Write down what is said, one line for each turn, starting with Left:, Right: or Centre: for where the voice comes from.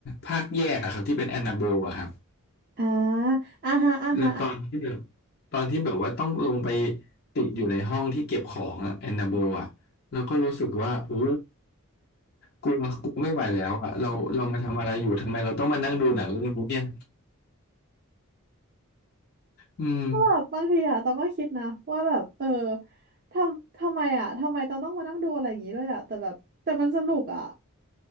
Left: ภาคแยกอะครับที่เป็นแอนนาเบลอะครับ
Right: อ่าอ่าฮะอ่าฮะ
Left: แล้วตอนที่แบบตอนที่แบบว่าต้องลงไปติดอยู่ในห้องที่เก็บของอะแอนนาโบอะเราก็รู้สึกว่าโอ้กลัวกลัวไม่ไหวแล้วอะเราเรามาทำอะไรอยู่ทำไมเราต้องมานั่งดูหนังเรื่องนี้เนี่ยอืม
Right: ก็แบบบางทีอะต้องก็คิดนะว่าแบบเออทำทำไมอะทำไมต้องต้องมานั่งดูอะไรอย่างงี้ด้วยอะแต่แบบแต่มันสนุกอะ